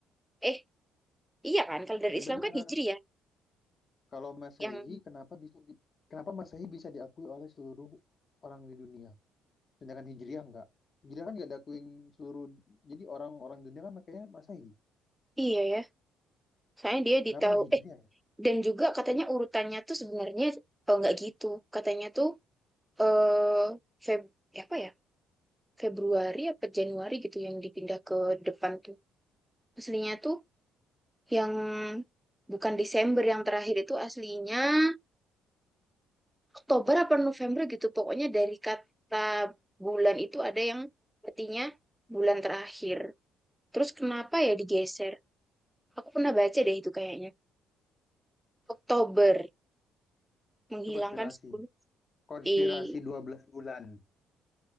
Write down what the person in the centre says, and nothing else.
Eh, iya kan? Kalender
Islam
kan Hijriah.
Yang
iya ya. Soalnya dia
ditahu
eh
dan juga katanya urutannya tuh sebenarnya oh, nggak gitu. Katanya tuh eh Feb apa ya? Februari apa Januari gitu yang dipindah ke depan tuh. Aslinya tuh yang bukan Desember yang terakhir itu aslinya Oktober apa November gitu. Pokoknya dari kata bulan itu ada yang artinya bulan terakhir. Terus kenapa ya digeser? Aku pernah baca deh itu kayaknya. Oktober menghilangkan
sepuluh
Eh,